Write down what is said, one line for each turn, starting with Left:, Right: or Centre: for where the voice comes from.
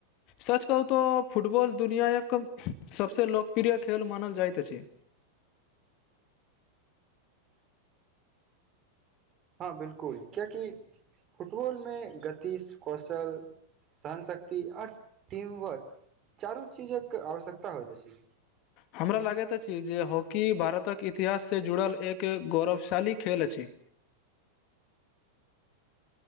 Left: सच कहू तऽ फुटबॉल दुनिआँक सभसँ लोकप्रिय खेल मानल जाइत अछि
Right: हँ बिलकुल किएकि फुटबॉलमे गति कौशल सहन शक्ति ओर टीमवर्क चारू चीजक आवश्यकता होइत अछि
Left: हमरा लागैत अछि जे हॉकी भारतक इतिहाससँ जुड़ल एक गौरवशाली खेल अछि